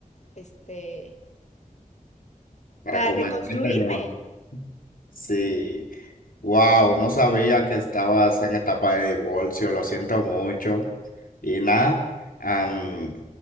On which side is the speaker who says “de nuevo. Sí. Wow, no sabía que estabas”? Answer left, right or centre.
Left